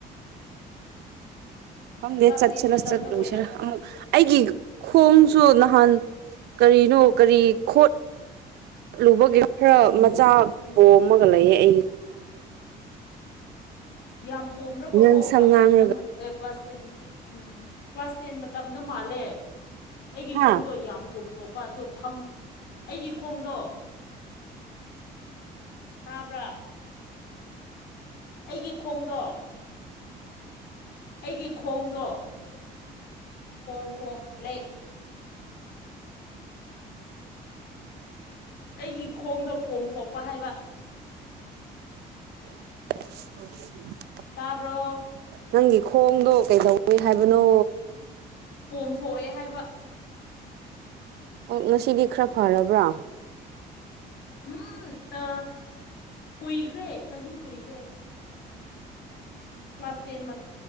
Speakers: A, on the right; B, on the left.
A: ꯈꯪꯗꯦ
B: ꯀ꯭ꯂꯥꯁ
A: ꯆꯠꯁꯤꯔ
B: ꯇꯦꯟ ꯃꯇꯝꯗ
A: ꯆꯠꯂꯨꯏꯁꯤꯔꯥ
B: ꯑꯣꯏꯔꯝꯒꯅꯤ
A: ꯑꯃꯨꯛ
B: ꯑꯗꯨꯗꯣ
A: ꯑꯩꯒꯤ ꯈꯣꯡꯁꯨ ꯅꯍꯥꯟ ꯀꯔꯤꯅꯣ ꯀꯔꯤ ꯈꯣꯠꯂꯨꯕꯒꯦ ꯈꯔ ꯆꯥꯛ
B: ꯎꯝ
A: ꯄꯣꯝꯃꯒ ꯂꯩꯌꯦ ꯑꯩꯒꯤ
B: ꯌꯥꯝ ꯄꯣꯝꯔꯒꯀꯣ
A: ꯅꯪ ꯁꯝ
B: ꯀ꯭ꯂꯥꯁ
A: ꯉꯥꯡꯂꯒ
B: ꯇꯦꯟꯗ ꯑꯦ class ten um class ten ꯃꯇꯝꯗ ꯃꯥꯜꯂꯦ ꯑꯩꯒꯤ
A: ꯍꯥ
B: ꯈꯣꯡꯗꯣ ꯌꯥꯝ ꯄꯣꯝꯊꯣꯛꯄ ꯑꯗꯣ ꯐꯝ ꯑꯩꯒꯤ ꯈꯣꯡꯗꯣ ꯇꯥꯕ꯭ꯔ ꯑꯩꯒꯤ ꯈꯣꯡꯗꯣ ꯑꯩꯒꯤ ꯈꯣꯡꯗꯣ ꯈꯣꯡ ꯈꯣꯡ ꯂꯦꯛ ꯑꯩꯒꯤ ꯈꯣꯡꯗꯣ ꯄꯣꯝꯊꯣꯛꯄ ꯍꯥꯏꯕ
A: <unintelligible>
B: ꯇꯥꯔꯕꯣ
A: ꯅꯪꯒꯤ ꯈꯣꯡꯗꯣ ꯀꯩꯗꯧꯏꯋꯤ ꯍꯥꯏꯕꯅꯣ
B: ꯃꯣꯝꯊꯣꯛꯑꯦ ꯍꯥꯏꯕ
A: ꯑꯣ ꯉꯁꯤꯗꯤ ꯈꯔ ꯐꯔꯕ꯭ꯔꯥ
B: ꯎꯝ ꯑ ꯀꯨꯏꯈ꯭ꯔꯦ ꯆꯍꯤ ꯀꯨꯏꯈ꯭ꯔꯦ ꯀ꯭ꯂꯥꯁ ꯇꯦꯟ ꯃ